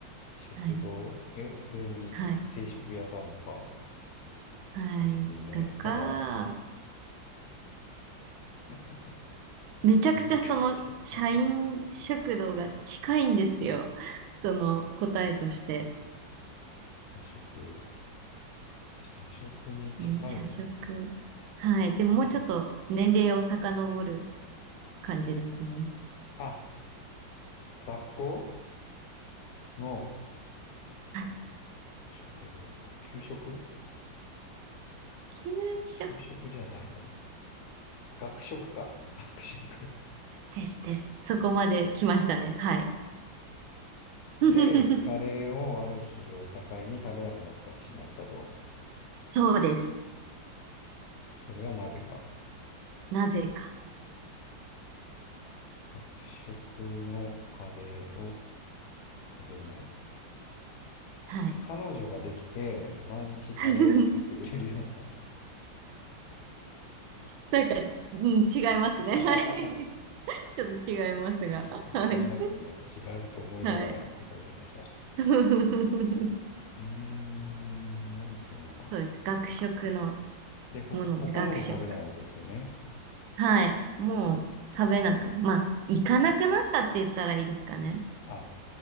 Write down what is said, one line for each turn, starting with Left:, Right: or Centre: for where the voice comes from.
Left: 食堂、
Right: はい。
Left: え、普通に定食屋さんとか
Right: はい。はい。
Left: ですよね。
Right: とか、
Left: ただ、<laughs>
Right: めちゃくちゃその、
Left: 苦手だ
Right: 社員食堂が近いんですよ。その答えとして。
Left: な。<laughs> 社食。社食に近いもの
Right: うん、社食。はい。でももうちょっと年齢を遡る
Left: <clears throat>
Right: 感じですね。
Left: あ、学校の
Right: あ、
Left: 食堂給食
Right: 給食
Left: 給食じゃないな。学食か。学食。
Right: ですです。そこまで来ましたね。はい。
Left: で、
Right: <laughs>
Left: カレーをある日を境に食べなくなってしまったと。
Right: そうです。
Left: それはなぜか。
Right: なぜか。
Left: 学食のカレーを食べない。
Right: はい。
Left: 彼女ができて、毎日カレーを作ってくれるようになった。
Right: <laughs> なんか、うん、違いますね。
Left: <laughs>
Right: <laughs> はい。ちょっと違いますが。
Left: ち、<laughs>
Right: はい。
Left: 違いますよね。違うと思いながら答えてました。
Right: はい。<laughs>
Left: うーん、なんだろ
Right: そうです。学食の
Left: うな。で、ほ、
Right: もので、
Left: 他のも食べないわけですよね。
Right: 学食。はい。もう食べなく、まあ、行かなくなったって言ったらいいですかね。
Left: あ、